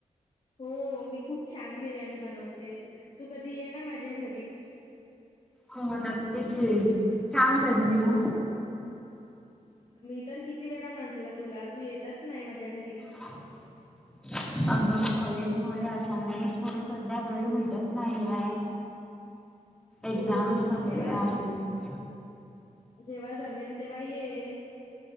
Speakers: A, on the left; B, in the centre.
A: हो मी खूप छान बिर्याणी बनवते, तू कधी ये ना माझ्या घरी.
B: हो नक्कीच येईल, सांग कधी येऊ?
A: मी तर किती वेळा म्हंटलं तुला, तू येतच नाही माझ्या घरी.
B: <inaudible> अगं कॉलेजमुळे असायनमेंट मुळ सध्या वेळ भेटत नाही हाय. एक्झामस
A: हो,
B: वगैरे
A: जेव्हा
B: आहेत.
A: ज- जेव्हा जमेल तेव्हा ये.